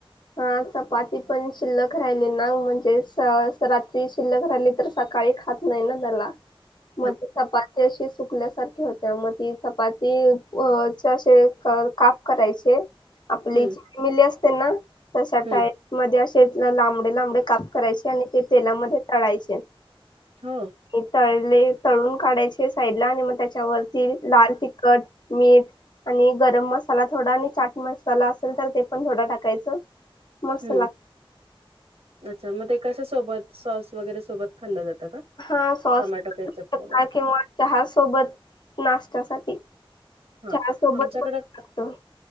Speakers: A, on the left (about 50°); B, on the right (about 90°).
A: हा चपाती पण शिल्लक राहिली नाग म्हणजे रात्री शिल्लक राहिली तर सकाळी खात नाही ना त्याला
B: ह.
A: मग त चपाती अशी सुकल्यासारखी होत्या मग ती चपाती अे काप करायचे आपली
B: हम्म
A: ज फॅमिली असते ना. तशा
B: हम्म
A: टाईप मध्ये असे लांबडे लांबडे काप करायचे आणि ते तेलामध्ये तळायचे.
B: हो.
A: हे तळले तळून काढायचे साईड ला आणि मग त्याच्यावरती लाल तिखट मी आणि गरम मसाला थोडा आणि चाट मसाला असेल तर ते पण थोडा टाकायचं. मस्त
B: हम्
A: लागते
B: अच्छा मग ते कश सोबत सॉस वगैरे सोबत खाल्लं जातं का?
A: हा सॉस
B: टोमॅटो केचप
A: कि
B: वगैरे
A: चहा सोबत नाश्त्यासाठी
B: हा
A: चहा सोबत
B: आमच्याकडे
A: मस् लागत.